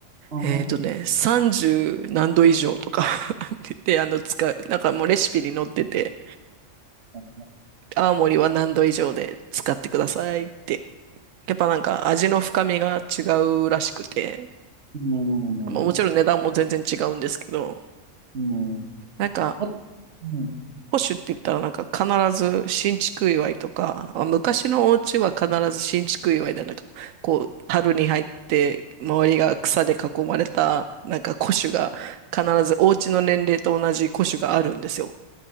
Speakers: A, on the right; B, on the right.
A: う。あ
B: えっとね、30何度以上とか <laughs> で、あの、使う、なんかもうレシピに載ってて、
A: あ、
B: 青森は何度以上で使ってくださいってやっぱなんか味の深みが違うらしくて、
A: うん。
B: まあ、もちろん値段も全然違うんですけど、
A: うん。
B: なんか、
A: あ、うん、
B: 保守って言ったらなんか必ず新築祝いとか、まあ昔のお家は必ず新築祝いでなんか、こう、樽に入って、周りが草で囲まれた、なんか古酒が、必ずお家の年齢と同じ古酒があるんですよ。